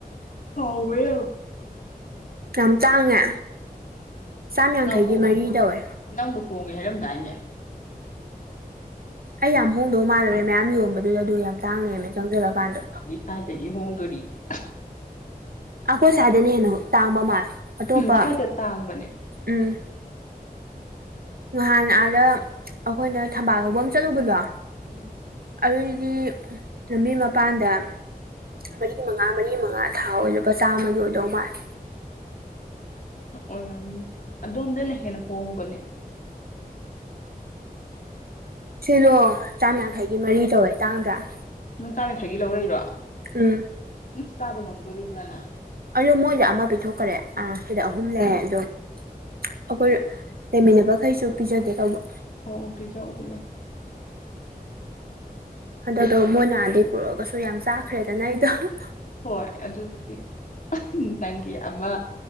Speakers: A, on the left (about 55°); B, on the right (about 70°).
A: ꯍꯥꯎꯕ ꯌꯥ
B: ꯌꯥꯝ ꯇꯥꯡꯉꯦ ꯆꯥꯝꯃ ꯌꯥꯡꯈꯩꯒꯤ
A: ꯅꯪ ꯍꯣ
B: ꯃꯔꯤ ꯇꯧꯋꯦ꯫
A: ꯅꯪꯕꯨ ꯍꯣꯡꯉꯦ ꯍꯥꯏꯔꯝꯗꯥꯏꯅꯦ꯫
B: ꯑꯩ ꯌꯥꯝ ꯍꯣꯡꯗꯧ ꯃꯥꯥꯟꯅꯨꯔꯦ ꯃꯌꯥꯝ ꯌꯣꯟꯕꯗꯨꯗ ꯑꯗꯨ ꯌꯥꯝ ꯇꯥꯡꯅꯦꯝꯃꯦ ꯆꯪꯖꯂꯀꯥꯟꯗ꯫
A: ꯀꯏꯗꯒꯤ ꯍꯣꯡꯗꯣꯔꯤꯒꯦ
B: ꯑꯩꯈꯣꯏ ꯁ꯭ꯋꯥꯗꯅ ꯍꯦꯟꯅ ꯇꯥꯡꯕ ꯃꯥꯜꯦ ꯑꯇꯣꯞꯄ
A: ꯁ꯭ꯋꯥꯏꯗ ꯇꯥꯡꯕꯅꯦ
B: ꯎꯝ ꯅꯍꯥꯟ ꯑꯥꯗ ꯑꯩꯈꯣꯏꯅ ꯊꯝꯕꯥꯜ ꯍꯧꯕ ꯑꯃ ꯆꯠꯂꯨꯕꯗꯣ꯫
A: ꯎꯝ
B: ꯑꯗꯨꯗꯤ ꯂꯝꯕꯤ ꯃꯄꯥꯟꯗ ꯃꯔꯤ ꯃꯉꯥ ꯃꯔꯤ ꯃꯉꯥ ꯊꯥ ꯑꯣꯏꯔꯨꯕꯄꯥ ꯆꯥꯃꯒꯤ ꯑꯣꯏꯗꯧ ꯃꯥꯜꯂꯦ
A: ꯑꯣꯏꯔꯝꯅꯤ ꯑꯗꯣꯝꯗꯅ ꯍꯦꯟꯅ ꯍꯣꯡꯕꯅꯦ
B: ꯁꯤꯂ‌ꯣ ꯆꯥꯝꯌꯥꯡꯈꯩꯒꯤ ꯃꯔꯤ ꯇꯧꯋꯦ ꯇꯥꯡꯗꯔ
A: ꯅꯪ ꯆꯥꯝꯌꯥꯡꯈꯩꯒꯤ ꯂꯧꯔꯛꯏꯔꯣ
B: ꯎꯝ
A: ꯎꯁ ꯆꯥꯕ ꯉꯝꯗꯣꯔꯤꯕ꯭ꯔꯥ ꯅꯪ
B: ꯑꯗꯨ ꯃꯣꯏꯗ ꯑꯃ ꯄꯤꯊꯣꯛꯈꯔꯦ ꯑ ꯁꯤꯗ ꯑꯍꯨꯝ ꯂꯩ ꯑꯗꯣ ꯑꯩꯈꯣꯏ ꯂꯩꯃꯤꯟꯅꯕꯈꯩꯁꯨ ꯄꯤꯖꯒꯦ ꯇꯧꯕ
A: ꯑꯣ ꯑꯣ ꯄꯤꯖꯧ ꯄꯤꯖꯧ
B: ꯍꯟꯗꯛꯇ‌ꯣ ꯃꯣꯏꯅ ꯑꯗꯩ ꯄꯨꯔꯛꯒꯁꯨ ꯌꯥꯝ ꯆꯥꯈ꯭ꯔꯦꯗꯅ ꯑꯩꯗ‌ꯣ
A: ꯍꯣꯏ ꯑꯗꯨꯕꯨꯗꯤ ꯅꯪꯒꯤ ꯑꯃ